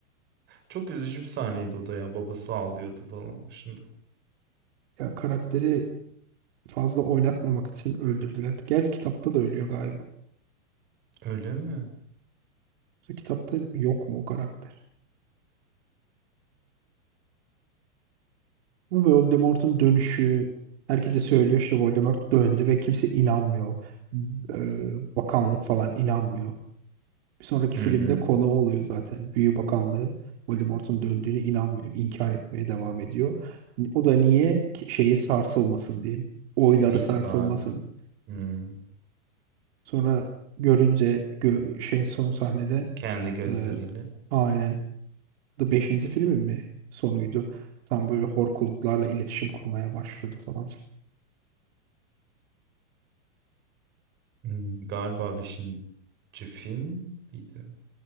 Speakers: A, on the right; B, on the right.
A: Çok üzücü bir sahneydi o da ya. Babası ağlıyordu falan başında.
B: Ya karakteri fazla oynatmamak için öldürdüler. Gerçi kitapta da ölüyor galiba.
A: Öyle mi?
B: Kitapta yok mu o karakter? Ama Voldemort'un dönüşü herkese söylüyor işte Voldemort döndü ve kimse inanmıyor. Ee, bakanlık falan inanmıyor. Bir sonraki
A: Hı
B: filmde
A: hı.
B: konu oluyor zaten. Büyü Bakanlığı Voldemort'un döndüğüne inanmıyor. İnkar etmeye devam ediyor. O da niye Ki- şeyi sarsılmasın diye. Oyları
A: İtibarlı.
B: sarsılmasın.
A: Hı.
B: Sonra görünce gö- şey son sahnede
A: Kendi gözleriyle.
B: e, aynen The beşinci filmin mi sonuydu. Tam böyle horkuluklarla iletişim kurmaya başlıyordu falan.
A: Hı. Galiba beşinci film miydi?